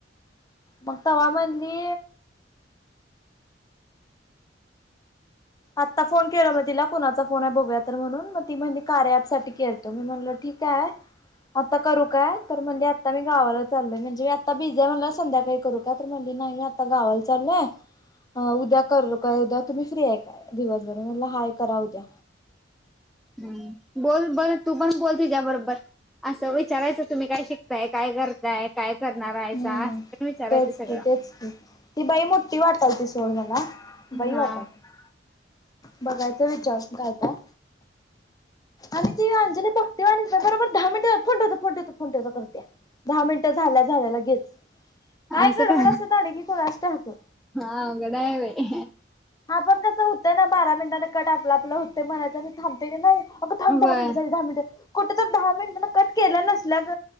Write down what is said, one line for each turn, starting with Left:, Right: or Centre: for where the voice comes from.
Left: मग तवा म्हनली. आत्ता फोन केलं मग तिला कुणाचा फोन आहे बघूया तर म्हणून. मग ती म्हणली कार्य आप साठी केलतो. मी म्हणल ठीक आहे. आता करू काय तर म्हणली आता मी गावाला चालोय. म्हणजे मी आता बिझी आहे. म्हणल संध्याकाळी करू काय तर म्हणली नाही मी आता गावाला चालोय. उद्या करू काय उद्या तुम्ही फ्री आहे. दिवसभर मग म्हणली हाय करा द्या.
Centre: हम्म बोल-बोल तू पण बोल तुझ्या बरोबर. आस विचारायचं, तुम्ही काय शिकताय? काय करताय? काय करणार आहेसा
Left: हम्म
Centre: असं पण विचारायचं
Left: तेच
Centre: सगळं
Left: कि, तेच कि, ती बाई मोठी वाटालती सोड मला. बाई
Centre: हा
Left: वाटालीया. बघायच विचारून काय काय? आणि ती अंजली भक्ती वानी, बरोबर दहा मिनिट फोन ठेवतो, फोन ठेवतो करतिया. दहा मिनटं झाल्या झाल्या लगेच, काय
Centre: असं
Left: गडबड
Centre: का
Left: असतीया दांडगी कूणास ठावं?
Centre: हा अवघड आहे बाई
Left: हा आपण कसं होतंय ना, बारा मिनटांन कट, आपलं आपलं होतंय म्हणायचं आणि थांबतय की नाही अगं थांब!
Centre: बर
Left: दहा मिनट झाली, दहा मिनट. कुठ तर, दहा मिनटांन कट केला नसल्यान